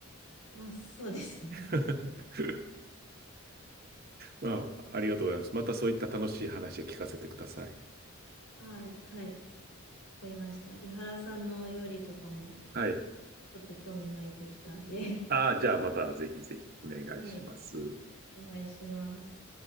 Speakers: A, on the left (about 80°); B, on the right (about 45°).
A: まあ、そうですね。
B: <laughs> まあ、ありがとうございます。またそういった楽しい話を聞かせてください。
A: あはい。かりました。井原さんの料理とかも、
B: はい。
A: ちょっと興味湧いてきたんで
B: ああ、じゃあまたぜひぜひお願いします。
A: <laughs> はい、お願いします。